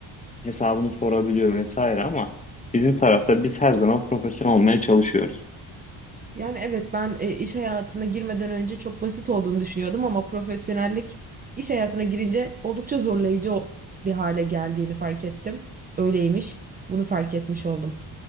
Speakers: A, on the left; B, on the right.
A: hesabını sorabiliyor vesaire ama bizim tarafta biz her zaman profesyonel olmaya çalışıyoruz.
B: Yani evet ben e, iş hayatına girmeden önce çok basit olduğunu düşünüyordum ama profesyonellik iş hayatına girince oldukça zorlayıcı o- bir hale geldiğini fark ettim. Öyleymiş. Bunu fark etmiş oldum.